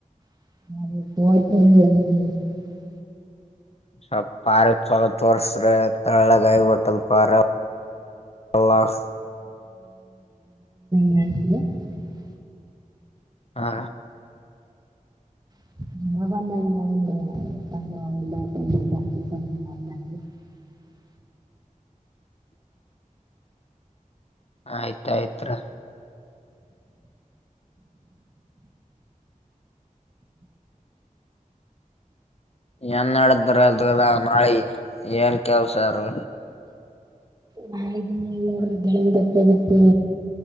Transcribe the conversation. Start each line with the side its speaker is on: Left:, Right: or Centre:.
Right: <unintelligible>
Left: ಸಪ್ ಪಾರ ಚಲತ್ ತೋರುಸರಿ ತರಳಗಾಯ ಬತಲ್ ಪಾರ. ಅಲ್ಲ ಸ್.
Right: <inaudible>
Left: ಹಾ.
Right: ನೀಲ್ಲ ಬಲ್ಲ. <inaudible>
Left: ಆಯ್ತಾಯಯ್ತ್ರ. ಏನ್ ನಡದ್ರ ಅದುಲ್ಲ ನಾಳೆ ಏನ್ ಕೆಲ್ಸಾರು.
Right: ನ ನೀರು ಬೆಳಿಲಿಲ್ದಾವಕೆ.